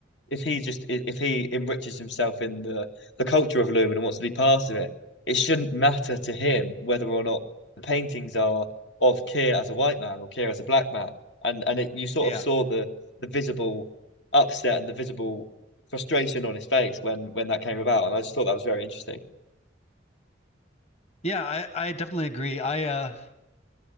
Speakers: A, on the left; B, on the left.
A: if he just if he enriches himself in the the culture of Lumen and wants to be part of it, it shouldn't matter to him whether or not the paintings are of Keir as a white man or Keir as a black man. And and it, you sort
B: yeah,
A: of saw the the visible upset and the visible frustration on his face when when that came about, and I just thought that was very interesting.
B: yeah. I I definitely agree. I uh